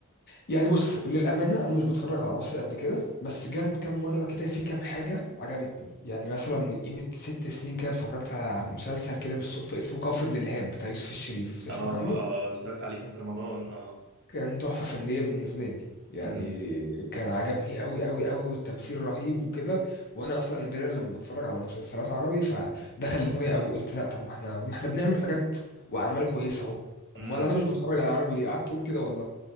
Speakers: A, on the left; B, on the right.
A: يعني بص للأمانة أنا مش بتفرج على مصري قد كده بس جات كام مرة كده في كام حاجة عجبتني يعني مثلا من قيمة ست سنين كده اتفرجت على مسلسل كده بالصدفة اسمه كفر دلهاب بتاع يوسف الشريف تسمع
B: اه
A: عنه؟
B: اه اتفرجت عليه كان في رمضان اه
A: كان تحفة فنية بالنسبة لي يعني
B: امم
A: كان عجبني قوي قوي قوي والتمثيل رهيب وكده وأنا أصلا نادرا لما بتفرج على مسلسلات عربي فدخل دماغي قوي وقلت لا طب ما احنا ما احنا بنعمل حاجات وأعمال كويسة أهو
B: امم
A: أمال أنا مش بتفرج على عربي ليه؟ قعدت أقول كده والله